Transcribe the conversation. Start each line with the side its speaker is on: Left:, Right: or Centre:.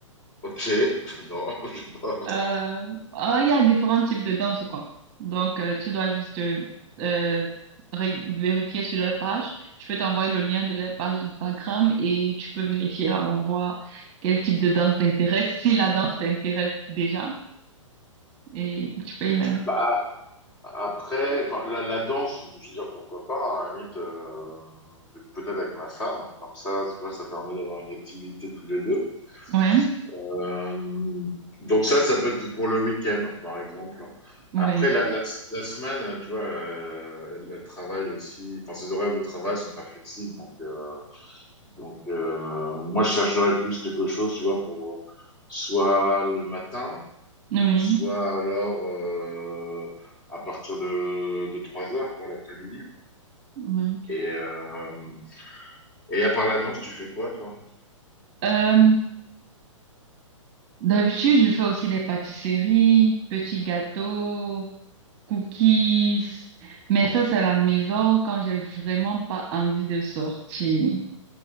Left: ok. <laughs> Non, je sais pas.
Right: Euh, ah, il y a différents types de danse, quoi. Donc, euh, tu dois juste euh, euh, ré- vérifier sur leur page. Je peux t'envoyer le lien de leur page Instagram et tu peux vérifier là-bas, voir quel type de danse t'intéresse, si la danse t'intéresse déjà. Et tu peux y aller.
Left: Bah, après, enfin, la, la danse, je veux dire, pourquoi pas, hein, à la limite, euh, mais peut-être avec ma femme, comme ça, tu vois, ça permet d'avoir une activité tous les deux.
Right: Ouais,
Left: Euh, donc ça, ça peut être pour le week-end, par exemple.
Right: oui,
Left: Après, la, la, la semaine, tu vois, euh, elle, elle travaille aussi, enfin, ses horaires de travail sont pas flexibles, donc, euh, donc euh, moi, je chercherais plus quelque chose, tu vois, pour euh, soit le matin,
Right: oui,
Left: ou soit alors euh, à partir de, de 3 heures, quoi, l'après-midi.
Right: oui.
Left: Et, euh, et à part la danse, tu fais quoi, toi? <laughs>
Right: Euh, d'habitude, je fais aussi des pâtisseries, petits gâteaux. Cookies. Mais ça, c'est à la maison quand j'ai vraiment pas envie de sortir.